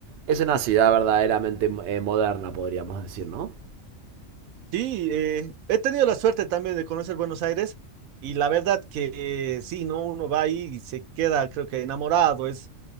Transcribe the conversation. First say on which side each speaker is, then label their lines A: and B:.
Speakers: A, on the right; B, on the right.
A: Es una ciudad verdaderamente eh, moderna, podríamos decir, ¿no?
B: Sí, eh, he tenido la suerte también de conocer Buenos Aires. Y la verdad que eh, sí, ¿no? Uno va ahí y se queda, creo que enamorado, es